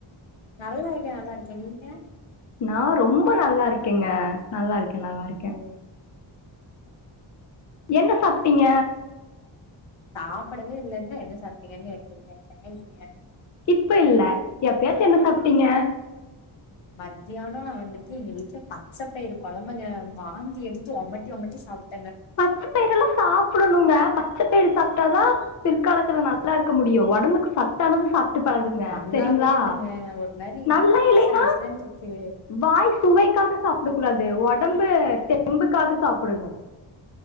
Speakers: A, on the left; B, on the left.
A: நல்லா இருக்கேன் நல்லா இருக்கேன் நீங்க
B: நா ரொம்ப நல்லா இருக்கேன் நல்லா இருக்கேன் நல்லா இருக்கேன்
A: ம்
B: என்ன சாப்ட்டீங்க
A: சாப்படவே இல்லன்னந்தா என்ன சாப்பட்டீங்கன்னு கேக்குறீங்க இல்லங்க நீங்க
B: இப்ப இல்ல எப்பயாச்சி என்ன சாப்பி டிங்க
A: மத்தியானம் நான் வந்துட்டு எங்க வீட்டுல பச்சை பயிறு குழம்புங்க வாந்தி எடுத்து உமட்டி ஒமட்டி சாப்
B: பச்சப்பயிறலா எல்லாம் சாப்படணுங்க பச்சப்பயிறு சாப்பட்டாதா பிற்காலத்தில்ல நல்லா இருக்க முடியும் உடம்புக்கு சத்தானது சாப்பட்டு பழகுங்க
A: நல்லாவே
B: செரிங்களா
A: இல்லங்க ஒரு மாரி
B: நல்ல
A: நச
B: இலன்னா
A: நசன்ருக்கு
B: வாய் சுவைக்காக சாப்படக்க கூடாது வொட உடம்பு தெம்புக்காக சாப்புடணும்